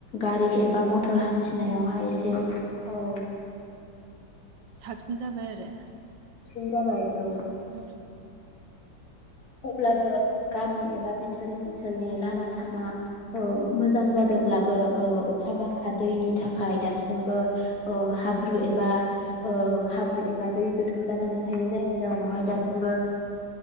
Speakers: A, on the left; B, on the right.
A: गारि एबा मटर हान्थिनायावहाय एसे औ।
B: साबसिन जाबाय आरो।
A: सिन जाबाय औ।
B: उम।
A: अब्लाबो गामि एबा बिथोर ओनसोलनि लामा सामा ओ मोजां जादोंब्लाबो ओ अखा बांखा दैनि थाखाय दासिमबो ओ हाब्रु एबा ओ हाब्रु एबा दै गोथौ जानानै थायो जायनि जाहोनावहाय दासिमबो